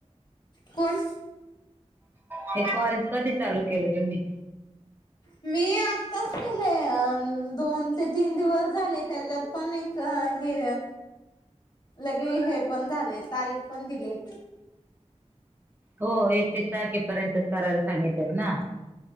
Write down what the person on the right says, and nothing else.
हे कॉल कधी चालू केलं तुम्ही?
हो एकतीस तारखेपर्यंतच करायला सांगितलेत ना.